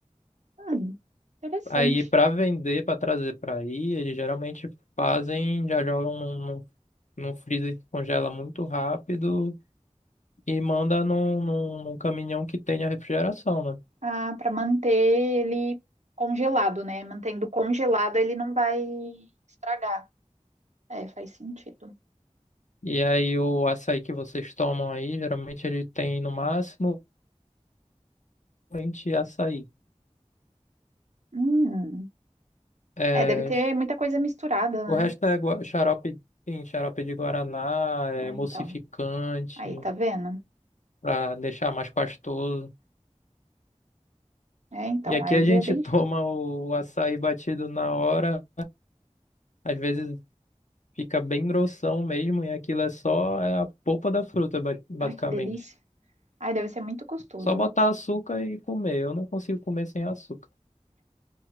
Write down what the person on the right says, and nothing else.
Hum, interessante.
Ah, para manter ele congelado, né? Mantendo congelado, ele não vai estragar. É, faz sentido.
Hum.
É, deve ter muita coisa misturada, né?
Ah,
então. Aí, tá vendo?
É, então,
aí
já é bem.
diferente.
Ai, que delícia. Ai, deve ser muito gostoso.